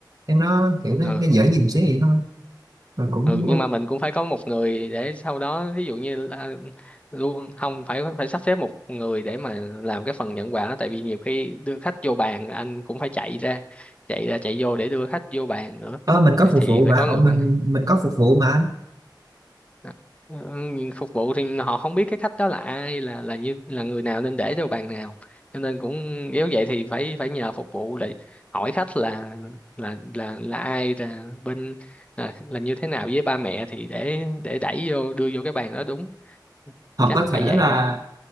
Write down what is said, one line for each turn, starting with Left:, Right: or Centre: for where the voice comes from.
Right: để nó kiểu nó,
Left: ừ
Right: nó dễ dìm xíu vậy thôi mình cũng
Left: ừ nhưng mà mình cũng phải có một người để sau đó ví dụ như là- luôn không phải phải sắp xếp một người để mà làm cái phần nhận quà tại vì nhiều khi đưa khách vô bàn anh cũng phải chạy ra chạy ra chạy vô để đưa khách vô bàn nữa
Right: ờ, mình có phục
Left: thì
Right: vụ
Left: phải
Right: mà
Left: có
Right: ờ,
Left: người
Right: mình
Left: quản
Right: mình có phục vụ mà anh
Left: Đó. Ừ, nhưng phục vụ thì họ không biết cái khách đó là ai là là như là người nào nên để cho bàn nào cho nên cũng nếu vậy thì phải phải nhờ phục vụ để hỏi khách là là là là ai là bên là, là như thế nào với ba mẹ thì để để đẩy vô đưa vô cái bàn đó đúng
Right: hoặc
Left: chắc
Right: có thể
Left: phải vậy
Right: là
Left: quá